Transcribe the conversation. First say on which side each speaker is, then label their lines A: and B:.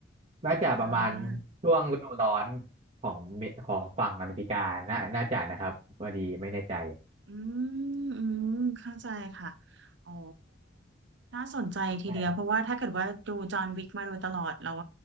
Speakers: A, on the right (about 35°); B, on the right (about 65°).
A: น่าจะประมาณ
B: อ่า
A: ช่วงฤดูร้อนของเมของฝั่งอเมริกาน่าน่าจะนะครับพอดีไม่แน่ใจ
B: อืมอืมเข้าใจค่ะ อ๋อ น่าสนใจทีเดียว
A: ใช่ครับ
B: เพราะว่าถ้าเกิดว่าดูจอห์นวิกมาโดยตลอดแล้ว